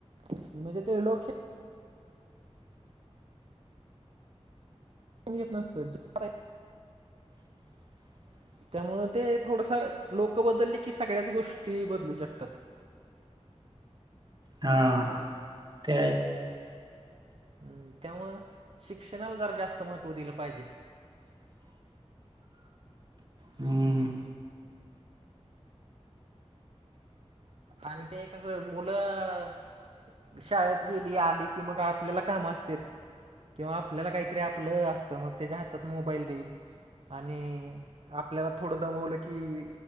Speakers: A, on the right (about 60°); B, on the right (about 40°).
A: म्हणजे ते लोकशाही येत नसत <unintelligible>
B: <inaudible>
A: त्यामुळं ते थोडंसं लोकं बदलली की सगळ्याच गोष्टी बदलू शकतात.
B: हां. <unintelligible>
A: हम्म. त्यामुळं शिक्षणाला जर जास्त महत्त्व दिलं पाहिजे.
B: हम.
A: आणि ते एक मुलं -- शाळेत गेली, आली की मग आपल्याला काम असतेत. किंवा आपल्याला काहीतरी आपलं असतं मग, त्याच्या हातात मोबाईल दे आणि आपल्याला थोडं दमवलं की